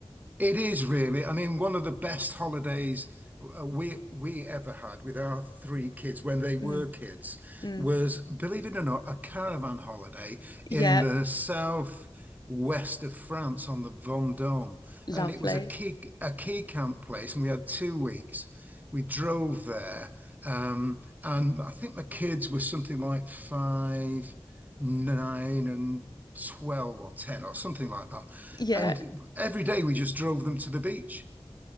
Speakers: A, on the right; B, on the left.
A: It is really. I mean, one of the best holidays uh, we we ever had with our three kids when they were
B: <laughs> mm,
A: kids
B: mm,
A: was, believe it or not, a caravan holiday in
B: yeah
A: the south west of France on the Vendôme,
B: Lovely.
A: and it was a key a key camp place, and we had two weeks. We drove there, um, and I think my kids were something like five, nine, and 12 or 10 or something like that.
B: Yeah.
A: And every day we just drove them to the beach.